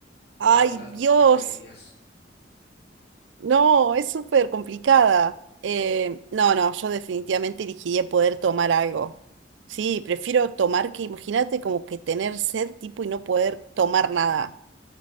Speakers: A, on the right; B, on the left.
A: Ay,
B: ¿Cuál de las
A: Dios.
B: dos preferirías?
A: No, es súper complicada. Eh, no, no, yo definitivamente elegiría poder tomar algo. Sí, prefiero tomar que, imagínate, como que tener sed tipo y no poder tomar nada.